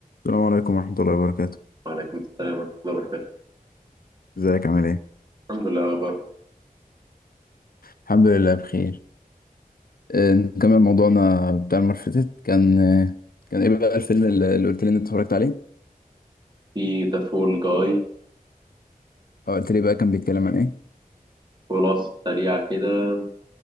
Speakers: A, on the left; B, on the right.
A: السلام عليكم ورحمة الله وبركاته
B: وعليكم السلام ورحمة الله وبركاته
A: ازيك عامل ايه؟
B: الحمد لله أخبار
A: الحمد لله بخير آه، نكمل موضوعنا بتاع المرة اللي فاتت كان آه، كان ايه بقى الفيلم اللي اللي قلت لي إن انت اتفرجت عليه
B: في ذا فول جاي
A: او قلت لي بقى كان بيتكلم عن ايه
B: خلاصة سريعة كده